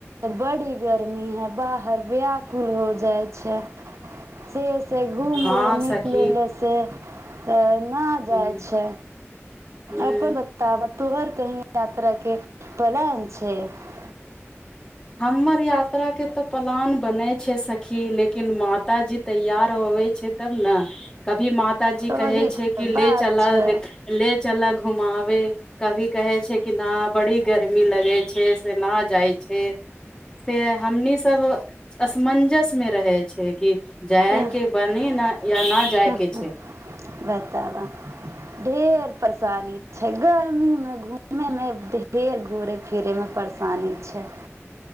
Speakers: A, on the right; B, on the left.
A: बड़ी गर्मी है बाहर व्याकुल हो जाइ छै से <unintelligible> छै घूम
B: हँ
A: ऐलै निक
B: सखी
A: ले ले से <inaudible> न
B: हूँ
A: जाय छै
B: हूँ
A: अपन बताब तोहर कही यात्रा के पलान छै <unintelligible>
B: हमर यात्रा के तऽ पलान बनै छै सखी लेकिन मा माताजी तैयार होवे छै तब ने कभी मात पिताजी
A: ओही
B: कहे छै
A: तऽ
B: कि
A: बात
B: ले चल
A: छै
B: ले चला घुमाबे कभी कहे छै कि न बड़ी गर्मी लगे छै से न जाइ छै से हमनी सब असमंजस मे रहै छै कि जाय
A: तऽ
B: के बनी न या न जाय के छै
A: बताबऽ ढेर फ गांधी छै गर्मीमे घूम घुमेयमे के ओते घुरय फिरैमे परेशानी छै